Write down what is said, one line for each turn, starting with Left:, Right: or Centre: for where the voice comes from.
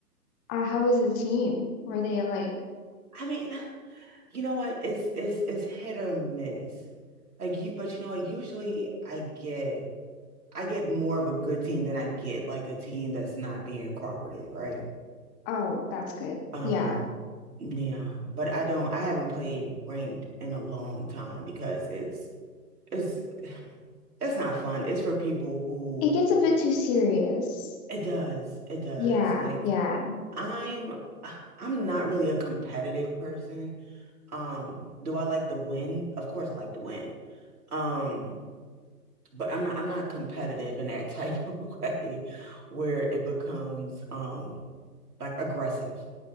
Left: Uh, how was the team? Were they like
Right: I mean, you know what? It's it's it's hit or miss. Like you, but you know what? Usually I get I get more of a good team than I get like a team that's not being cooperative, right?
Left: Oh, that's good.
Right: Um,
Left: Yeah.
Right: yeah. But I don't I haven't played ranked in a long time because it's It's that's not fun. It's for people who
Left: It gets a bit too serious.
Right: it does. It does.
Left: Yeah,
Right: Like
Left: yeah.
Right: I'm I'm not really a competitive person. Um, do I like to win? Of course I like to win. Um, but I'm not I'm not competitive in that type <laughs> of way where it becomes um like aggressive.